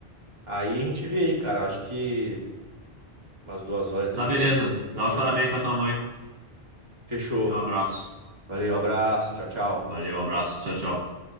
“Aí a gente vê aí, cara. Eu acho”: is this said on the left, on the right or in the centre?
Right